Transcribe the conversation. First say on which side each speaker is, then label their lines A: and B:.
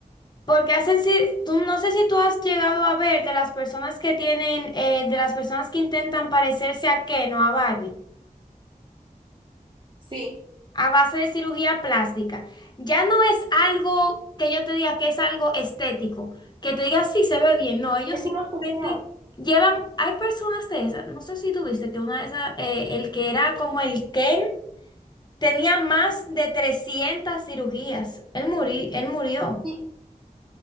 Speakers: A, on the left; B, on the right.
A: porque hacen, cir- tú no sé si tú has llegado a ver de las personas que tienen, eh, de las personas que intentan parecerse a Ken o a Barbie.
B: Sí,
A: a base de cirugía plástica, ya no es algo que yo te diga que es algo estético, que te diga sí se ve bien, no, ellos
B: es
A: simplemente
B: una obsesión.
A: llevan, hay personas de esas, no sé si tuviste que una de esas, eh, el que era como el Ken, tenía más de trescientas cirugías, él muri- él murió,
B: ¿Y